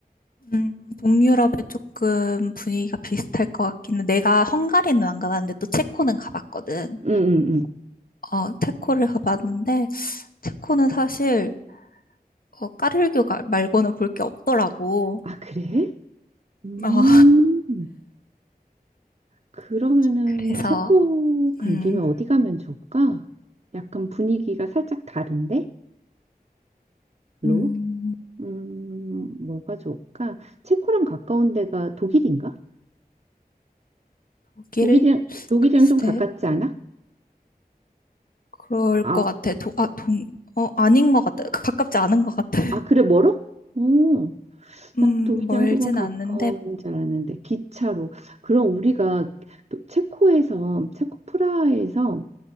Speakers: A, on the left; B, on the right.
A: 음, 동유럽에 조금 분위기가 비슷할 것 같기는. 내가 헝가리는 안 가봤는데 또 체코는 가봤거든.
B: 음, 음, 음.
A: 어, 체코를 가봤는데 체코는 사실 어, 까르르교 가- 말고는 볼 게 없더라고.
B: 아, 그래? 음,
A: 어,
B: 그러면은
A: 그래서
B: 체코 간
A: 음,
B: 김에 어디 가면 좋을까? 약간 분위기가 살짝 다른데? 로?
A: 음,
B: 음, 뭐가 좋을까? 체코랑 가까운 데가 독일인가?
A: 독일?
B: 독일이랑, 독일이랑
A: 글쎄.
B: 좀 가깝지 않아?
A: 그럴
B: 아,
A: 것 같아. 도, 아, 동, 어, 아닌 것 같아. 그 가깝지 않은 것 같아. <laughs>
B: 아, 그래, 멀어? 오,
A: 음,
B: 나는 독일이랑
A: 멀진
B: 조금 가까운
A: 않는데,
B: 줄 알았는데, 기차로. 그럼 우리가 또 체코에서, 체코 프라하에서